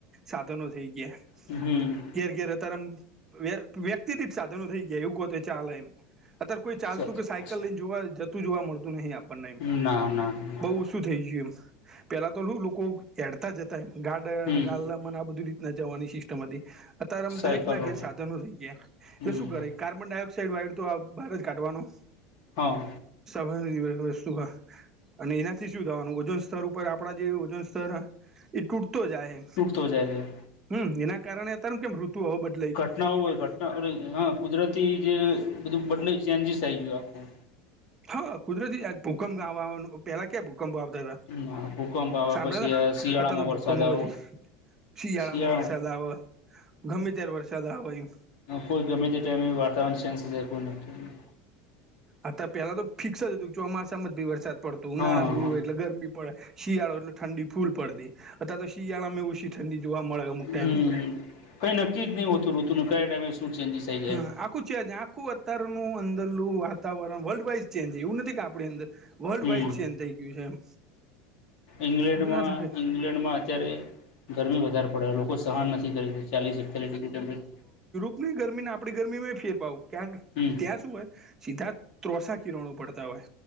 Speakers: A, on the right; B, on the left.
A: સાધનો થઈ ગયા
B: હમ
A: ઘેર ઘેર અત્યારેમ વ્યક્તિ રત સાધનો થઈ ગયા એવું કોતે ચલે એમ અત્યારે કોઈ ચાલતું
B: સાચી
A: કે
B: વાત
A: સાયકલ લઈને જોવા જતું જોવા મળતું નહીિ આપડે
B: છે
A: એ
B: ના ના ના
A: બહ
B: ના
A: ઓછું થઈ ગયું એમ પેલા તો લોકો હડતા જતા એમ ગાડ
B: હમ
A: અને ગા મને આ બધી રીતના જવાની સિસ્ટમ હતી અતાર આમ
B: સાયકલો
A: દરેક ના ઘેર સાધનો થઈ ગયા એટલે
B: હમ
A: શું કરે કાર્બન ડાયોક્સાઇડ વાયુ તો આ બહાર જ કાઢવાનું
B: હા
A: હી વસ્તુ અને એનાથી શું થવાનું ઓજોન સ્તર ઉપર આપડા જે ઓજોન સ્તર એ તૂટતો જાય
B: ટુક્ત હો જાયગ
A: હમ એના કારણે અતારનું કેમ ઋતુ હોવ બધ
B: ઘટનાઓ હોય ઘટના અ હા કુદરતી જે બધું બદલે ચેન્જીસ આવી ગયું આખું
A: હા કુદરતી ભૂકંપ ગ આવવાનું પહેલા ક્યાં ભૂકંપ આવતા હતા
B: ના ભૂકંપ આવે
A: સાંભળ્યા
B: પછી
A: હતા
B: આ શિયાળામાં
A: અત તો
B: વરસાદ
A: ભૂકમધી
B: આવો
A: શિયાળામાં
B: શિયાળા
A: વરસાદ આવે ગમે ત્યારે વરસાદ આવે એમ
B: કોઈ ગમે તે ટાઈમ એ વાતાવરણ ચેન્જ થ જાય કોઈ નક્કી
A: આ પેલા તો ફિક્સ જ હતું ચોમાસામાં જ ભી વરસાદ પડતું ઉનાળા
B: હા
A: માં
B: હા
A: એટલે ગરમી પડે શિયાળો એટલે ઠંડી ફૂલ પડતી અથ તો શિયાળામાં એવું ઠંડી જોવા મળે અમુક ટાઈમે
B: હમ
A: તો
B: કઈ નક્કી જ નહી હોતું ઋતુ ન કયા ટાઈમે શું ચેન્જીિસ થઇ જાય
A: હા આખું છેજ આખું અતારનું અંદરલું વાતાવરણ વર્લ્ડ વાઈઝ ચેન્જ એવું નથી કે આપણી અંદર વર્લ્ડ
B: હમ
A: વાઈડ છે એમ થઇ ગયું છે એમ
B: ઇંગ્લેન્ડમાં
A: જે ના થકે
B: ઈંગ્લેન્ડ માં અત્યારે ગરમી વધારે પડે લોકો સહન નથી કરી ચાલીસ એકતાલીસ ડિગ્રી ટેમ્પરેચર
A: આપણી ગરમી ને આપણી ગરમી મે ફેર પાવું કારણ કે
B: હમ
A: ત્યાં શું હોય સીધા ત્રોસાા કિરણો પડતા હોય